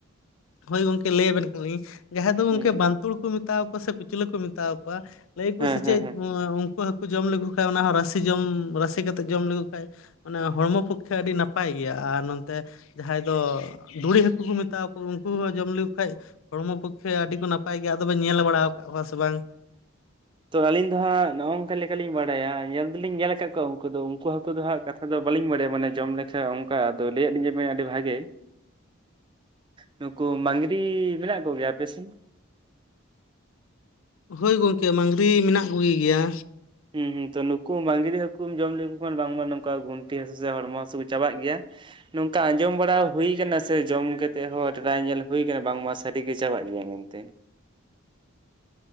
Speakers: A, on the left (about 70°); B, on the right (about 20°).
A: ᱦᱳᱭ ᱜᱚᱝᱠᱮ ᱞᱟᱹᱭ ᱟᱵᱮᱱ ᱠᱟᱱᱟᱞᱤᱧ ᱡᱟᱦᱟᱸᱭ ᱫᱚ ᱜᱚᱢᱠᱮ
B: ᱦᱩᱸ
A: <unintelligible> ᱼᱼ <unintelligible> ᱠᱚ ᱢᱮᱛᱟ ᱠᱚᱣᱟ ᱥᱮ ᱠᱩᱪᱞᱟᱹ ᱠᱚ ᱢᱮᱛᱟ ᱠᱚᱣᱟ ᱞᱟᱹᱭ ᱟᱠᱚ
B: ᱦᱮᱸ
A: ᱥᱮ ᱪᱮᱫ
B: ᱦᱮᱸ ᱦᱮᱸ
A: ᱩᱱᱠᱩ ᱦᱟᱹᱠᱩᱼᱼ ᱡᱚᱢ ᱞᱮᱠᱚ ᱠᱷᱟᱱ ᱚᱱᱟ ᱦᱚᱸ ᱨᱟᱥᱮ ᱡᱚᱢ ᱨᱟᱥᱮ ᱠᱟᱛᱮᱫ ᱡᱚᱢ ᱞᱮᱠᱚ ᱠᱷᱟᱱᱼᱼ ᱢᱟᱱᱮ ᱦᱚᱲᱢᱚ ᱯᱚᱠᱠᱷᱮ ᱟᱹᱰᱤ ᱱᱟᱯᱟᱭ ᱜᱮᱭᱟ ᱟᱨ ᱱᱚᱛᱮ ᱡᱟᱦᱟᱸᱭ
B: ᱟᱪᱪᱷᱟ
A: ᱫᱚ
B: ᱟᱪᱪᱷᱟ
A: ᱫᱩᱲᱤ ᱦᱟᱹᱠᱩ ᱠᱚ ᱢᱮᱛᱟ ᱼᱼ <unintelligible> ᱠᱚ ᱩᱱᱠᱩ ᱦᱚᱸ ᱡᱚᱢ ᱞᱮᱠᱚ ᱠᱷᱟᱡ ᱦᱚᱲᱢᱚ ᱯᱚᱠᱠᱷᱮ ᱟᱹᱰᱤ ᱠᱚ ᱱᱟᱯᱟᱭ ᱜᱮᱭᱟ ᱟᱫᱚ ᱵᱮᱱ ᱧᱮᱞ ᱵᱟᱲᱟ ᱟᱠᱟᱫ ᱠᱚᱣᱟ ᱥᱮ ᱵᱟᱝᱼᱼ
B: ᱛᱚ ᱟᱞᱤᱧ ᱫᱚ ᱦᱟᱸᱜ ᱱᱚᱜᱼᱚ ᱱᱚᱝᱠᱟ ᱞᱮᱠᱟᱞᱤᱧ ᱵᱟᱲᱟᱭᱟ ᱧᱮᱞ ᱫᱚᱞᱤᱧ ᱧᱮᱞ ᱟᱠᱟᱫ ᱼᱼ ᱩᱱᱠᱩ ᱫᱚ ᱩᱱᱠᱩ ᱦᱟᱹᱠᱩ ᱫᱚ ᱦᱟᱸᱜ ᱠᱟᱛᱷᱟ ᱫᱚ ᱵᱟᱹᱞᱤᱧ ᱵᱟᱲᱟᱭᱟ ᱢᱟᱱᱮ ᱡᱚᱢ ᱞᱮᱠᱷᱟᱱ ᱚᱱᱠᱟ ᱟᱫᱚ ᱞᱟᱹᱭ ᱟᱫ ᱞᱤᱧᱟ ᱵᱮᱱ ᱢᱮ ᱟᱹᱰᱤ ᱵᱷᱟᱜᱮᱼᱼ
A: <unintelligible> ᱼᱼ
B: ᱱᱩᱠᱩ ᱢᱟᱝᱨᱤ ᱢᱮᱱᱟᱜ ᱠᱚ ᱜᱮᱭᱟ ᱟᱯᱮ ᱥᱮᱱ
A: ᱦᱳᱭ ᱜᱚᱝᱠᱮ ᱢᱟᱝᱨᱤ ᱢᱮᱱᱟᱜ ᱠᱚ ᱜᱮ ᱜᱮᱭᱟ
B: ᱦᱩᱸ ᱦᱩᱸ ᱛᱚ ᱱᱩᱠᱩ ᱢᱟᱝᱨᱤ ᱦᱟᱠᱩᱢ ᱡᱚᱢ ᱞᱮᱠᱚ ᱠᱷᱟᱱ ᱵᱟᱝᱢᱟ ᱱᱚᱝᱠᱟ ᱜᱳᱱᱴᱷᱮ ᱦᱟᱥᱳ ᱥᱮ ᱦᱚᱲᱢᱚ ᱦᱟᱥᱳ ᱠᱚ ᱪᱟᱵᱟᱜ ᱜᱮᱭᱟ ᱱᱚᱝᱠᱟ ᱟᱸᱡᱚᱢ ᱵᱟᱲᱟ ᱦᱩᱭ ᱠᱟᱱᱟ ᱥᱮ ᱡᱚᱢ ᱠᱟᱛᱮᱜ ᱦᱚᱸ ᱴᱨᱟᱭ ᱧᱮᱞ ᱦᱩᱭ ᱠᱟᱱᱟ ᱵᱟᱝ ᱢᱟ ᱥᱟᱹᱨᱤ ᱜᱮ ᱪᱟᱵᱟᱜ ᱜᱮᱭᱟ ᱢᱮᱱᱛᱮ